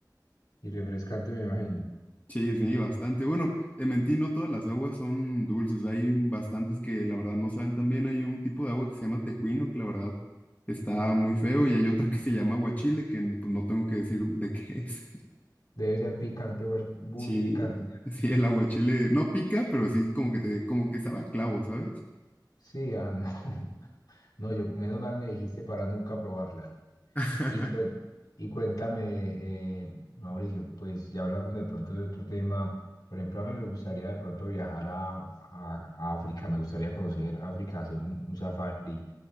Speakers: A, on the left; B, on the left.
A: y refrescante me imagino.
B: Sí, sí, bastante. Bueno, te mentí, no todas las aguas son dulces. Hay bastantes que la verdad no saben tan bien. Hay un tipo de agua que se llama tejuino, que la verdad está muy feo, y hay otra que se llama aguachile, que n- pues, no tengo que decir de qué es. <laughs>
A: Debe ser picante, huer- muy
B: Sí,
A: picante. ¿cierto?
B: sí, el aguachile no pica, pero sí como que te, como que sabe a clavo, ¿sabes?
A: Sí, ah, no. <laughs> No, yo, menos mal me dijiste para nunca probarla.
B: <laughs>
A: Y, cuen- y cuéntame, eh, Mauricio, pues ya hablando de pronto de otro tema, por ejemplo, a mí me gustaría de pronto viajar a, a- a África, me gustaría conocer África, hacer un, un safari,